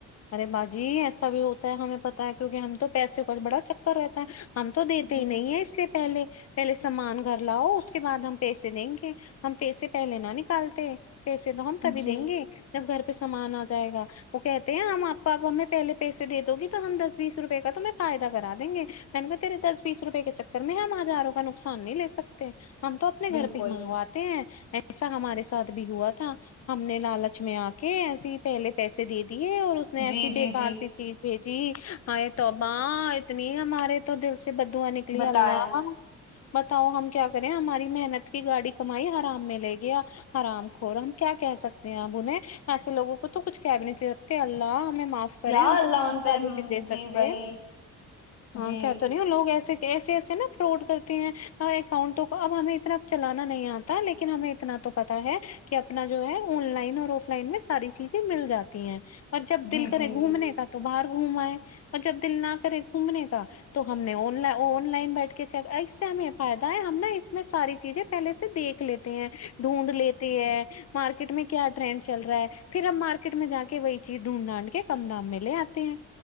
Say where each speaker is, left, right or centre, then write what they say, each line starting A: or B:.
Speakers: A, on the left; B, on the left.
A: ارے باجی ایسا بھی ہوتا ہے ہمیں پتہ ہے کیونکہ ہم تو پیسے کو بڑا چکر رہتا ہے <unintelligible> ہم تو دیتے
B: جی
A: ہی نہیں ہیں اس سے پہلے <unintelligible> پہلے سامان گھر لاؤ اس کے بعد ہم پیسے دیں گے ہم پیسے پہلے نہ نکالتے <unintelligible> پیسے تو ہم تبھی
B: جی
A: دیں گے جب گھر <unintelligible> پہ سامان آ جائے گا وہ کہتے <unintelligible> ہم آپپ ہمیں پہے پیسے دے دو گی تو ہم دس بیس روپئے کا تو میں فائدہ کرا دیں گے میں نے کہا تیرے دس بیس روپے کے چکر میں ہم ہزاروں کا نقصان نہیں ل سکتے <unintelligible> ہم تو اپنے گھر
B: بالکل
A: پہ ہی منگواتے ہیں <unintelligible> ایسا ہمارے ساتھ بھی ہوا تھا ہم نے لالچ میں آ کے ایسے ہی پہلے پیسے دے ہے اور اس نے ایسی
B: جی
A: بے
B: جی
A: کار
B: جی
A: سی چیز بھیج دی جی ہ توباں اتنی ہمارے تو دل سے سے بدو نکل
B: بتائیں
A: اللہ بتاؤ ہم کیا کریں ہماری محنت کی گاڑی کمائی آرام میں لے گییا آرام کور ہم کیا کہ سکتے ہیں اپ انہیں ایسے لوگوں کو تو کچھ کیا بھی نہیں اللہ ہم معاف کریں
B: یا
A: ہم
B: اللہ
A: تو کسی
B: ان
A: شادی
B: پہ ہم،
A: بھی دے
B: جی
A: سکتے
B: وہی
A: ہیں ہاں
B: جی
A: کہ تو نہیں لوگ ایسے ایسے ایسے نا فراڈ کرتے ہیں اکاؤنٹوں کو اب ہمیں اتنا چلانا نہیں آتا لیکن ہمیں اتنا تو پتا ہے کہ اپنا جو ہے آن لائن اور آف لائن میں ساری چیزیں مل جاتی ہیں اور جب دل
B: جی
A: کرے
B: جی
A: گھومنے
B: جی
A: کا تو باہر گھمائے اور جب دل نہ کرے گھومنے کا تو ہم نے آن لائن بیٹھ کے چ اس سے ہمیں فائد ہے ہم نا اس میں ساری چیزیں پہلے سے دھ لیتے ہیں ڈھونڈ لیتے ہیں مارکیٹ میں کیا ٹرینڈ چل رہا ہے پھر ا ہم مارکیٹ میں جا کے وہی یز ڈھونڈ ڈھانڈ کے کم دام میں لے آتے ہیں